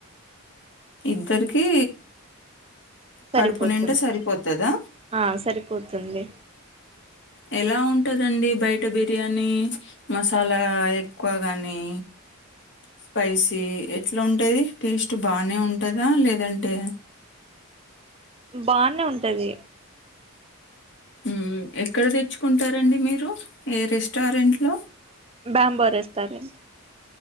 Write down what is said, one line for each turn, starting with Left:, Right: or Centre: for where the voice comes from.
Left: ఇద్దరికి
Right: సరిపోతుంది
Left: కడుపు నిండా సరిపోతదా
Right: ఆ సరిపోతుంది
Left: ఎలా ఉంటుందండి బయట బిర్యానీ మసాలా ఎక్కువ కానీ స్పైసీ ఎట్లా ఉంటుది టేస్ట్ బానే ఉంటందా లేదంటే
Right: బాన్ నే ఉంటది
Left: ఉమ్ ఎక్కడ తెచ్చుకుంటారంండి మీరు ఏ రెస్టారెంట్ లో
Right: బాంబో రెస్టారెంట్